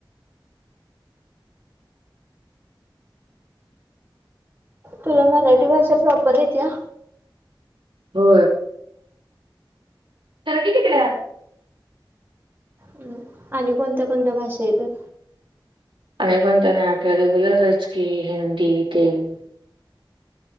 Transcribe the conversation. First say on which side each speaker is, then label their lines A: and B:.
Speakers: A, on the right; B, on the right.
A: तुला मराठी भाषा प्रॉपर आहेेत या
B: हो तरटी कितीडे्या
A: हम् आणि कोणत्या कोणत्या भाषा येतात
B: अनेक कोणतना आपल्या रेग्युलरच की हिंदी तेलग